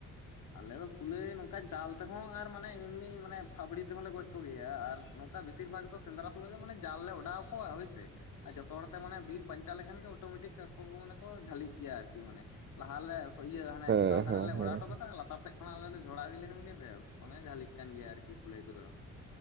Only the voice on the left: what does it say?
ᱟᱞᱮ ᱫᱚ ᱠᱩᱞᱟᱹᱭ ᱱᱚᱝᱠᱟ ᱡᱟᱞ ᱛᱮᱦᱚᱸ ᱟᱨ ᱢᱟᱱᱮ ᱮᱢᱱᱤ ᱢᱟᱱᱮ ᱯᱷᱟᱵᱽᱲᱤ ᱛᱮᱦᱚᱸ ᱞᱮ ᱜᱚᱡᱼᱼ ᱠᱚ ᱜᱮᱭᱟ ᱟᱨ ᱱᱚᱝᱠᱟ ᱵᱮᱥᱤᱨ ᱵᱷᱟᱜᱽ ᱫᱚ ᱥᱮᱸᱫᱽᱨᱟ ᱥᱚᱢᱚᱭ ᱫᱚ ᱡᱟᱞ ᱞᱮ ᱚᱰᱟᱣ ᱟᱠᱚᱣᱟ ᱦᱚᱭ ᱥᱮ ᱟᱨ ᱡᱚᱛᱚ ᱦᱚᱲᱼᱼ ᱚᱱᱠᱟ ᱢᱟᱱᱮ ᱵᱤᱨ ᱯᱟᱧᱪᱟᱣ ᱞᱮᱠᱷᱟᱱ ᱜᱮ ᱚᱴᱳᱢᱮᱴᱤᱠ ᱟᱠᱚ ᱢᱟᱱᱮ ᱠᱚ ᱡᱷᱟᱹᱞᱤᱜ ᱜᱮᱭᱟ ᱟᱨᱠᱤ ᱢᱟᱱᱮ ᱞᱟᱦᱟ ᱞᱮ ᱮᱥᱮᱫᱟ᱾ ᱤᱭᱟᱹ ᱦᱟᱱᱮ
ᱪᱮᱛᱟᱱ ᱫᱷᱟᱨᱮ
ᱞᱮ
ᱚᱰᱟᱣ ᱦᱚᱴᱚ ᱠᱟᱫᱟ ᱟᱨ ᱞᱟᱛᱟᱨ ᱥᱮᱫ ᱠᱷᱚᱱ ᱟᱞᱮ ᱞᱮ ᱡᱷᱚᱲᱟ ᱤᱫᱤ ᱞᱮᱠᱷᱟᱱ ᱜᱮ ᱵᱮᱥ ᱢᱟᱱᱮ ᱡᱷᱟᱹᱞᱤ ᱠᱟᱱ ᱜᱮᱭᱟᱭ ᱟᱨᱠᱤ ᱠᱩᱞᱟᱹᱭ ᱠᱚᱫᱚ ᱾